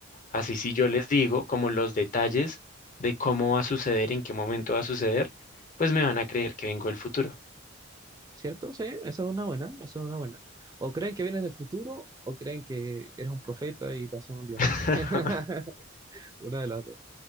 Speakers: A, on the left (about 40°); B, on the right (about 20°).
A: Así si yo les digo como los detalles de cómo va a suceder, en qué momento va a suceder, pues me van a creer que vengo del futuro.
B: ¿Cierto? Sí, eso es una buena, eso es una buena. O creen que vienes del futuro o creen que eres un profeta y te hacen un dios.
A: <laughs>
B: <laughs> Una de las dos.